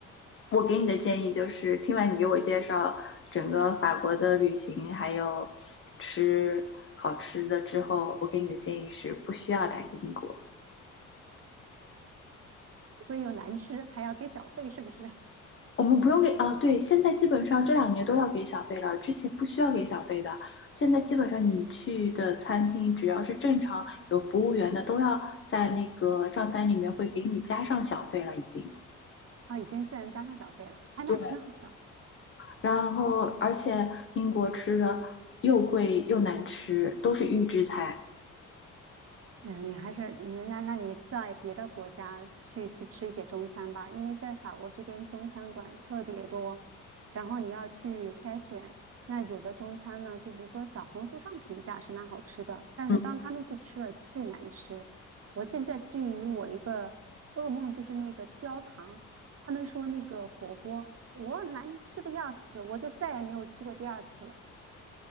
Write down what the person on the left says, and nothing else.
我给你的建议就是，听完你给我介绍整个法国的旅行，还有吃好吃的之后，我给你的建议是不需要来英国。
我们不用给啊，对，现在基本上这两年都要给小费了，之前不需要给小费的。现在基本上你去的餐厅，只要是正常有服务员的，都要在那个账单里面会给你加上小费了，已经。
对，然后，而且英国吃的又贵又难吃，都是预制菜。
嗯，